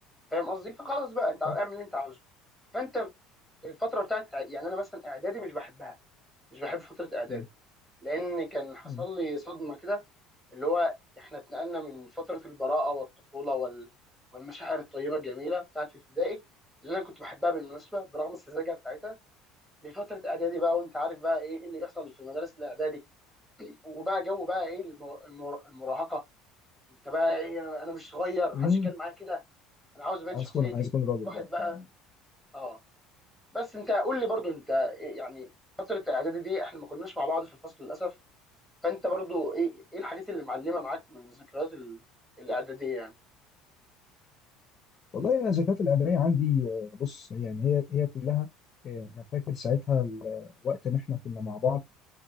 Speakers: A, in the centre; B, on the left (about 35°).
A: فاهم قصدي فخلاص بقى انت اعمل
B: صح
A: اللي انت عاوزه فانت في الفتره بتاعت يعني انا مثلا اعدادي مش بحبها مش بحب فتره اعدادي
B: مم.
A: لان كان حصل
B: مم.
A: لي صدمه كده اللي هو احنا اتنقلنا من فتره البراءه والطفوله وال... والمشاعر الطيبه الجميله بتاعت ابتدائي اللي انا كنت بحبها بالمناسبه برغم السذاجه بتاعتها لفتره اعدادي بقى وانت عارف بقى ايه إيه اللي بيحصل في المدارس الاعدادي وبقى جو بقى ايه الم- الم- المراهقه انت بقى ايه انا أنا مش صغير محدش
B: امم
A: يتكلم معايا كده انا عاوز ابين
B: عايز
A: شخصيتي
B: اكون عايز اكون راجل
A: واحد
B: بقى
A: بقى
B: بتاع
A: اه بس انت قول لي برضو انت إيه يعني فتره اعدادي دي احنا ما كناش مع بعض في الفصل للاسف فانت برضو ايه ايه الحاجات اللي معلمه معاك من ذكريات ال- الاعداديه يعني
B: والله انا الذكريات الاعداديه عندي آه، بص يعني هي هي كلها آه، انا فاكر ساعتها ال- وقت ما احنا كنا مع بعض